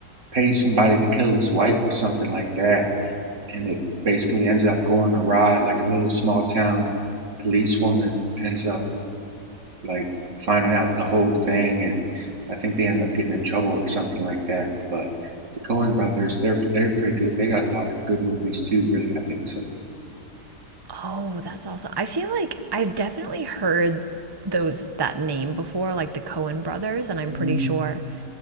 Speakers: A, on the right; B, on the right.
A: pays somebody to kill his wife or something like that, and it basically ends up going awry. Like a little small town policewoman ends up like finding out the whole thing, and I think they end up getting in trouble or something like that. But the Coen brothers, they're they're pretty good. They got a lot of good movies too, really. I think so.
B: Oh, that's awesome. I feel like I've definitely heard those that name before, like the Coen brothers, and I'm
A: Mhm.
B: pretty sure